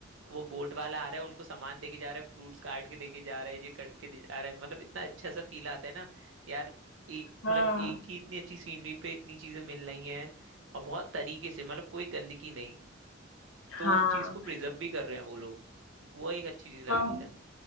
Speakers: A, on the right; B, on the left.
A: वो बोट वाला आ रहा है उनको सामान देके जा रहा है फ्रूट्स काट के देके जा रहा है ये कट के दे जा रहा है मतलब इतना अच्छा सा फील आता है ना यार ए, मतलब
B: हाँ
A: एक ही इतनी अच्छी सीनरी पे इतनी चीजें मिल रही हैं और बहुत तरीके से मतलब कोई गंदगी नहीं तो
B: हाँ
A: उस चीज को प्रिजर्व भी कर रहे हैं वो लोग वो एक अच्छी चीज लग
B: हाँ
A: रही है